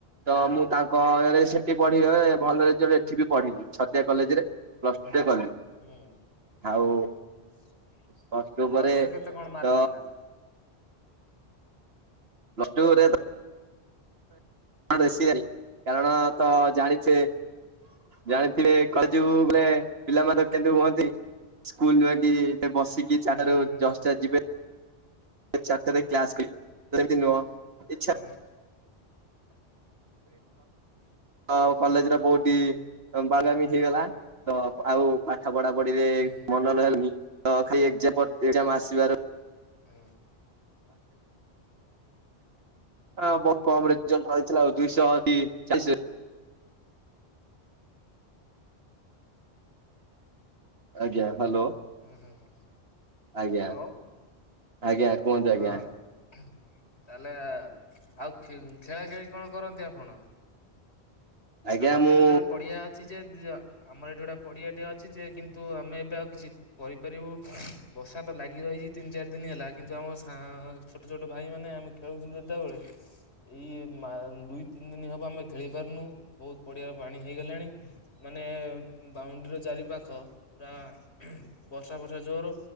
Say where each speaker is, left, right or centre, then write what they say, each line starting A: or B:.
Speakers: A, on the right; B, on the left.
A: ତ ମୁଁ ତାଙ୍କ ୟେରେ ସେଠି ପଢିଲେ ଭଲ ରେଜଲଟ୍ ଏଠି ବି ପଢିବି ଛତିଆ କଲେଜରେ। ପ୍ଲସ
B: ହୁଁ
A: ଟୁ ରେ
B: ହୁଁ
A: କଲି ଆଉ
B: ହୁଁ। ପ୍ଲସଟୁ
A: ପ୍ଲସ ଟୁ ପରେ
B: ରେ କେତେ କଣ ମାର୍କ
A: ତ
B: ଥିଲା?
A: ପ୍ଲସଟୁ ରେ ତ ହଁ ରେଷି ଗାରି କାରଣ ତ ଜାଣିଥିବେ
B: ହୁଁ
A: ଜାଣିଥିବେ କଲ ଯିବୁ ଗଲେ ପିଲାମାନେ କେମିତି ହୁଅନ୍ତି। ସ୍କୁଲ ଯାଇକି ବସିକି
B: ହୁଁ
A: ଚାରଟା ରୁ
B: ହୁଁ
A: ଜଶଟା ଯିବେ। ଚାରଟା ରେ କ୍ଲାସ କି ଏମତି ନୁହଁ। ଇଚ୍ଛା
B: ହୁଁ। <unintelligible>
A: ଆଉ କଲେଜ ର ବୋହୁଟି ଅ ବାଇନାମିକ୍ ହେଇଗଲା ତ ଆଉ ପାଠ ପଢା ପଢିରେ
B: ହୁଁ ହୁଁ
A: ମନ ଲାଲଗୁନି ତ ଖାଲି ଏକଜାମ ପର୍ ଏକଜାମ ଆସିବାର
B: ହୁଁ।
A: ହଁ ବହୁତ କମ୍ ରେଜଲ୍ଟ ରହିଥିଲା ଆଉ ଦୁଇଶହ ତି ଚାଳିଶି ଆଜ୍ଞା। ହ୍ୟାଲୋ
B: ହୁଁ ହୁଁ ହୁଁ
A: ଆଜ୍ଞା
B: ହାଲୋ।
A: ଆଜ୍ଞା କୁହନ୍ତୁ ଆଜ୍ଞା
B: ହଁ ତାଆଲେ ଆଉ ଖେ ଖେଳା ଖେଳି କଣ କରନ୍ତି ଆପଣ?
A: ଆଜ୍ଞା
B: ଆମର
A: ମୁଁ
B: ତ ଏଇଟିରେ ପଡିଆ ଅଛି ଯେ ଯିଅ ଆମର ଏଠି ଗୋଟେ ପଡ଼ିଆଟେ ଅଛି ଯେ କିନ୍ତୁ ଆମେ ଏବେ ଆଉ କିଛି କରିପାରିବୁ ବର୍ଷା ତ ଲାଗି ରହିଚି ତିନି ଚାରି ଦିନ ହେଲା କିନ୍ତୁ ଆମ ସାଙ୍ଗ୍ ଛୋଟ ଛୋଟ ଭାଇ ମାନେ ଆମେ ଖେଳୁଥିଲୁ ଯେତବେଳେ ଏଇ ମା ଦୁଇ ତିନି ଦିନ ହବ ଆମେ ଖେଳି ପାରୁନୁ। ବହୁତ ପଡିଆ ପାଣି ହେଇଗଲାଣି ମାନେ ବାଉଣ୍ଡ୍ରିର ଚାରି ପାଖ। ପୁରା ବର୍ଷା ବର୍ଷା ଜୋର।